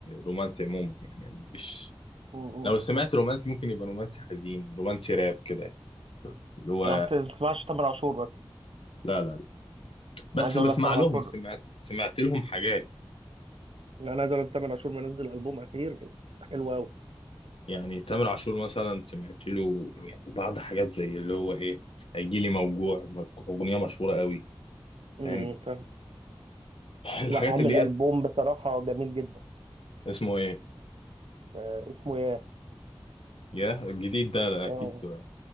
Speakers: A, on the left; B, on the right.
A: رومانسي عموما يعني مش
B: مم.
A: لو سمعت رومانسي ممكن يبقى رومانسي حزين رومانسي راب كده اللي هو
B: انا ما بتسمعش تامر عاشور بس
A: لا لا لا بس
B: انا عايز اقول
A: بسمع
B: لك تامر
A: لهم
B: عاشور
A: سمعت سمعت لهم حاجات
B: لا انا عايز اقول لك تامر عاشور منزل البوم اخير حلو قوي
A: يعني تامر عاشور مثلا سمعت له يعني بعض حاجات زي اللي هو ايه هيجي لي موجوع اغنية مشهورة قوي
B: امم
A: فاهم
B: فاهم
A: الحاجات
B: لا عامل
A: اللي
B: البوم
A: هي
B: بصراحه جميل جدا
A: اسمه ايه
B: آه اسمه ياه
A: يا الجديد ده لا،
B: اه
A: اكيد